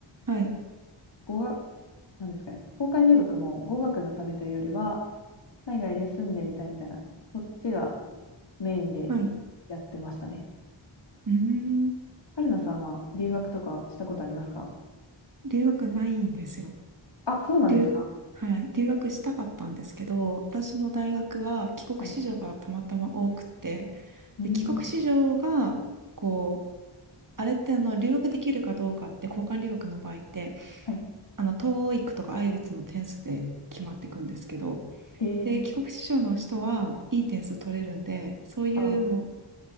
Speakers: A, on the right; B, on the left.
A: はい、
B: 語学、なんですかね、交換留学も語学のためというよりは、海外で住んでみたいみたいな、そっちがメインで
A: はい。う
B: やってましたね。
A: ーん、
B: 春菜さんは留学とかしたことありますか
A: 留学ないんですよ。
B: あ、そうなんですか。
A: 留、はい、留学したかったんですけど、私の大学は帰国子女がたまたま多くて、
B: はい。うん。
A: で、帰国子女が、こう、あれってあの留学できるかどうかって交換留学の場合って
B: はい。
A: あの TOEIC とか IELTS の点数で決まっていくんですけど
B: へえ。
A: で、帰国子女の人はいい点数取れるんで、そういうもう
B: あ、